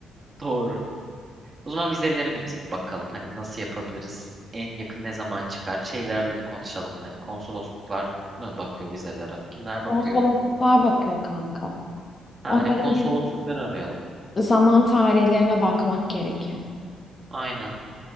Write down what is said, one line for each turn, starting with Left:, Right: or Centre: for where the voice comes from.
Right: Doğru. O zaman vizelere bir biz bakalım. Hani nasıl yapabiliriz? En yakın ne zaman çıkar? Şeylerle de konuşalım. Hani konsolosluklar mı bakıyor vizelere? Kimler bakıyor?
Left: Konsolosluklar bakıyor kanka.
Right: Ha,
Left: Onların
Right: hani konsoloslukları
Left: bir
Right: arayalım.
Left: zaman tarihlerine bakmak gerekiyor.
Right: Aynen.